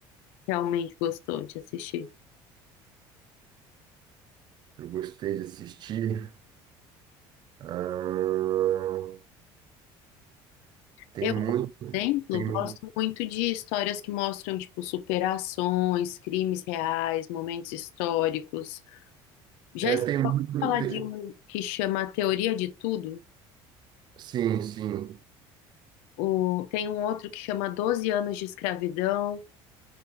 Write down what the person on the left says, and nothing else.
realmente gostou de assistir?
Eu,
por exemplo,
gosto
muito de histórias que mostram tipo superações, crimes reais, momentos históricos. Já
estou
a
falar
de um que chama A Teoria de Tudo.
O... Tem um outro que chama 12 anos de escravidão.